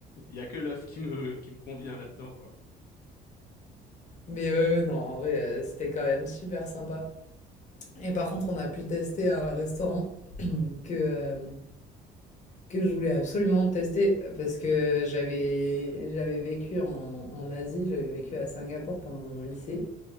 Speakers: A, on the left; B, on the left.
A: Il y a que l'œuf qui me qui me convient là-dedans, quoi.
B: Mais euh, non, en vrai, euh, c'était quand même super sympa. Et par contre, on a pu tester un restaurant que, euh, que je voulais absolument tester parce que j'avais, j'avais vécu en, en Asie, j'avais vécu à Singapour pendant mon lycée.